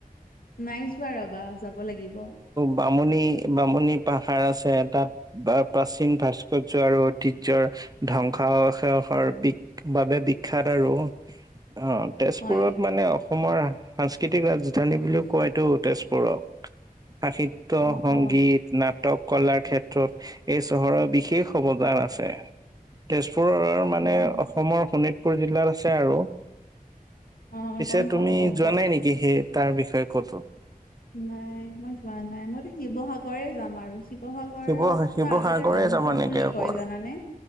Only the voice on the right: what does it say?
বামূনী-বামূণী পাহাৰ আছে তাত বা প্ৰাচীন ভাস্কৰ্য আৰু ঐতিহ্যৰ ধ্বংসাৱশেষৰ বি বাবে বিখ্যাত আৰু। অ' তেজপুৰক
মানে অসমৰ সাংস্কৃতিক ৰাজধানী বুলিও কয় টো, তেজপুৰক। সাহিত্য,
সংগীত
নাট নাট কলাৰ ক্ষেত্ৰত এই চহৰৰ বিশেষ অৱদান আছে, তেজপ পুৰৰ মানে
অসমৰ শোণিতপুৰ জিলাত আছে আৰু।
পিছে
তুমি
যোৱা
নাই নেকি সেই তাৰ বিষয়ে ক'তো।
শিৱ শিৱসাগৰে
যাবা নেকি
অকল?